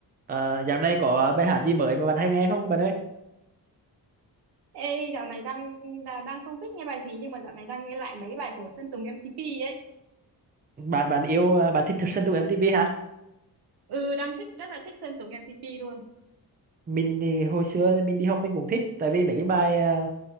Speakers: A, on the right; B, on the right.
A: Ờ, dạo này có bài hát gì mới mà bạn hay nghe không bạn ơi?
B: Ê, dạo này đang đà- đang không biết nghe bài gì nhưng mà dạo này đang nghe lại mấy bài của Sơn Tùng MTP ấy.
A: Bạn bạn yêu à, bạn thích Sơn Tùng MTV hả?
B: Ừ, đang thích rất là thích Sơn Tùng MTP luôn.
A: Mình thì hồi xưa thì mình đi học mình cũng thích tại vì mấy cái bài à,